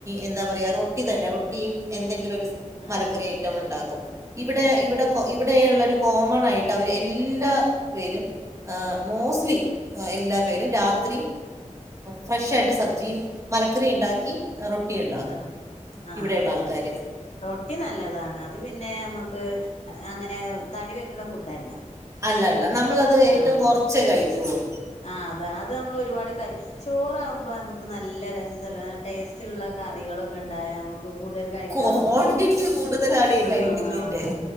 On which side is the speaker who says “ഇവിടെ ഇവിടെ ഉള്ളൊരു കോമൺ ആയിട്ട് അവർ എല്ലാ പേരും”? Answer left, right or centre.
Right